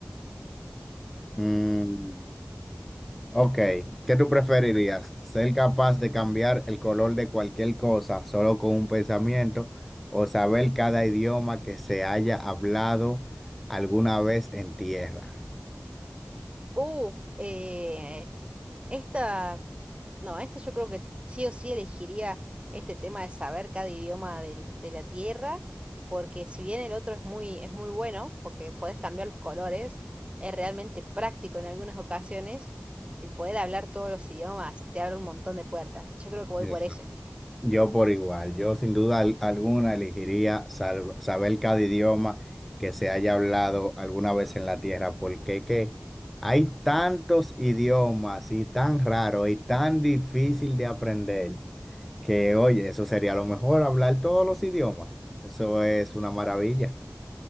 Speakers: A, in the centre; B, on the right.
A: Mm, Ok, ¿qué tú preferirías? ¿Ser capaz de cambiar el color de cualquier cosa solo con un pensamiento o saber cada idioma que se haya hablado alguna vez en tierra?
B: Uf, eh, esta, no, esta yo creo que sí o sí elegiría este tema de saber cada idioma del- de la tierra, porque si bien el otro es muy, es muy bueno, porque podés cambiar los colores, es realmente práctico en algunas ocasiones, el poder hablar todos los idiomas te abre un montón de puertas. Yo creo que voy
A: Eso.
B: por eso.
A: Yo por igual, yo sin duda al- alguna elegiría sal- saber cada idioma que se haya hablado alguna vez en la tierra, porque que hay tantos idiomas y tan raro y tan difícil de aprender. Que oye, eso sería lo mejor, hablar todos los idiomas. Eso es una maravilla.